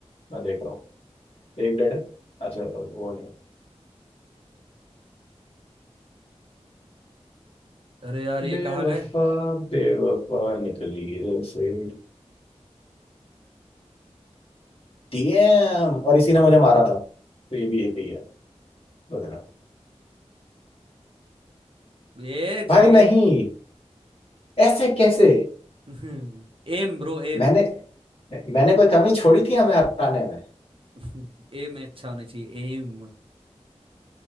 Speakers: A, on the left; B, on the right.
A: मैं देख रहा हूँ एक डेड है अच्छा वो नहीं
B: अरे यार ये
A: बेवफा
B: कहाँ गए
A: बेवफा निकली रे फिर डीएम और इसी ने मुझे मारा था तो ये भी ए पे ही है बताना
B: ये जीत
A: भाई
B: गए
A: नहीं ऐसे कैसे
B: <laughs> M bro M
A: मैंने मैंने कोई कमी छोड़ी थी हमें हराने में
B: <laughs> एम अच्छा होना चाहिए एम